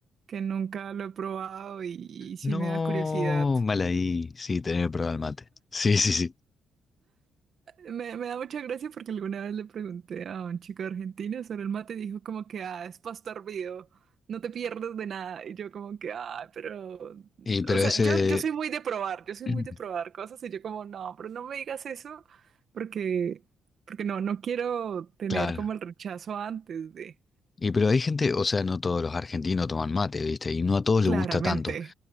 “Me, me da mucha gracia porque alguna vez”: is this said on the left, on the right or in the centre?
Right